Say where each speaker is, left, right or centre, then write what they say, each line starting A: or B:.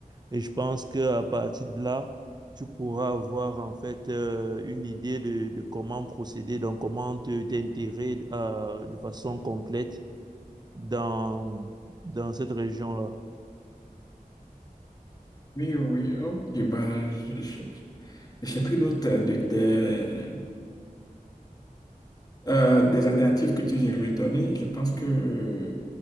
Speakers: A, on the right; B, on the left.
A: Et je pense qu'à partir de là, tu pourras avoir en fait euh, une idée de, de comment procéder, donc comment te t'intégrer euh, de façon complète dans, dans cette région-là.
B: Oui, oui, ok. Ben, je- je- j'ai pris note de tes, Euh, des alternatives que tu viens de me donner, je pense que